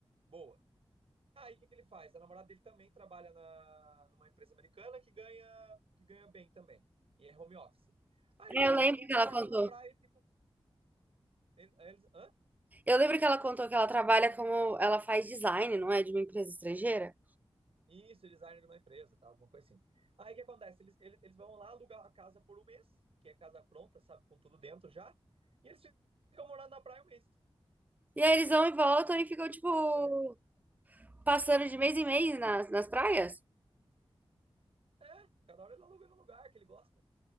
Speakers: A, on the right (about 75°); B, on the right (about 15°).
A: Boa. Aí o que, que ele faz? A namorada dele também trabalha na, numa empresa americana que ganha, que ganha bem também. E é home office. Aí
B: É,
A: eles
B: eu lembro
A: alugam
B: que ela
A: a casa
B: contou.
A: na praia e ficam. Eles, hã?
B: Eu lembro que ela contou que ela trabalha como ela faz design, não é? De uma empresa estrangeira.
A: Isso, eles saem de uma empresa, tá? Alguma coisa assim. Aí o que acontece? Eles, eles, eles vão lá alugar a casa por um mês, que é casa pronta, sabe? Com tudo dentro já. E eles ficam morando na praia um mês.
B: E aí eles vão e voltam e ficam, tipo,
A: Entendeu?
B: passando de mês em mês nas, nas praias.
A: É, cada hora ele aluga no lugar que ele gosta.